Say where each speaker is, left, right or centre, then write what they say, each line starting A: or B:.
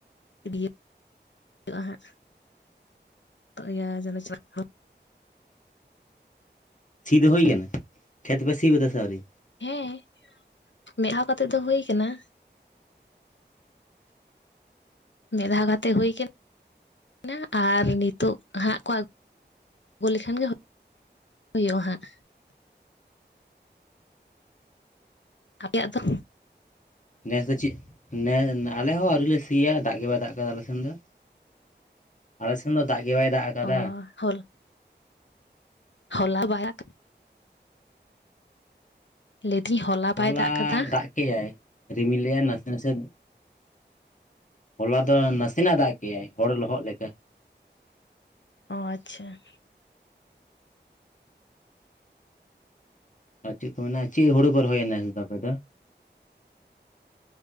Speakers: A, on the left; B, on the left.
A: ᱤᱭᱟᱹ ᱦᱟᱸᱜ <unintelligible> ᱡ ᱪ <unintelligible>
B: ᱥᱤ ᱫᱚ ᱦᱩᱭ ᱠᱟᱱᱟ ᱠᱷᱮᱛ ᱯᱮ ᱥᱤ ᱠᱟᱫᱟ ᱥᱮ ᱟᱣᱨᱤ?
A: ᱦᱮᱸ ᱢᱮᱫ ᱫᱦᱟᱣ ᱠᱟᱛᱮᱜ ᱫᱚ ᱦᱩᱭ ᱠᱟᱱᱟ᱾ ᱢᱤᱫ ᱫᱷᱟᱣ ᱠᱟᱛᱮ ᱦᱳᱭ ᱟᱠᱟᱱᱟ᱾ ᱱᱟ ᱟᱨ ᱱᱤᱛᱚᱜ ᱦᱟᱸᱜ ᱠᱚ ᱟᱹᱜᱩ ᱞᱮᱠᱷᱟᱱ ᱜᱮ ᱦᱩᱭ ᱦᱳᱭᱩᱜᱼᱟ ᱦᱟᱸᱜ ᱟᱯᱮᱭᱟᱜ ᱫᱚ?
B: ᱱᱮᱥ ᱫᱚ ᱪᱤᱜ ᱱᱮᱸᱻ ᱟᱞᱮ ᱦᱚᱸ ᱟᱹᱣᱨᱤ ᱞᱮ ᱥᱤ ᱥᱤᱭᱟ ᱫᱟᱜ ᱜᱮ ᱵᱟᱭ ᱫᱟᱜ ᱠᱟᱫᱟ ᱟᱞᱮ ᱥᱮᱱ ᱫᱚ, ᱟᱞᱮ ᱥᱮᱱ ᱫᱚ ᱫᱟᱜ ᱜᱮ ᱵᱟᱭ ᱫᱟᱜ ᱟᱠᱟᱫᱟ
A: ᱚᱸ ᱦᱚᱞ ᱦᱚᱞᱟ ᱵᱟᱭᱟ <unintelligible> ᱞᱮᱭ ᱫᱤᱧ ᱦᱚᱞᱟ ᱵᱟᱭ
B: ᱦᱚᱞᱟ
A: ᱫᱟᱜ ᱠᱟᱫᱟ
B: ᱫᱟᱜ ᱠᱮᱜᱭᱟᱭ ᱨᱤᱢᱤᱞ ᱞᱟᱭ ᱱᱟᱥᱮ-ᱱᱟᱥᱮ ᱦᱚᱞᱟ ᱫᱚ ᱱᱟᱥᱮ ᱱᱟᱜ ᱫᱟᱜ ᱠᱮᱜᱼᱟᱭ ᱦᱚᱲ ᱞᱚᱦᱚᱫ ᱞᱮᱠᱟ᱾
A: ᱚ ᱟᱪᱪᱷᱟ
B: ᱟᱨ ᱪᱤᱜ ᱠᱚ ᱢᱮᱱᱟ, ᱪᱤᱜ ᱦᱩᱲᱩ ᱯᱮ ᱨᱚᱦᱚᱭᱟ ᱟᱯᱮ ᱫᱚ ᱱᱮᱥ ᱫᱚ?